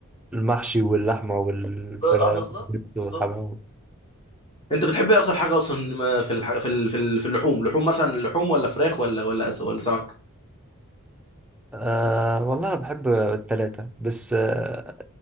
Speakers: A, in the centre; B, on the left.
A: المحشي واللحمة والفراخ
B: اه آه، بالظبط
A: والبيض والحمام
B: بالظبط انت بتحب ايه اكتر حاجه اصلا ما في الح... في ال- في ال- في اللحوم لحوم مثلا لحوم ولا فراخ ولا ولا أس... ولا سمك
A: أه والله انا بحب التلاتة بس أه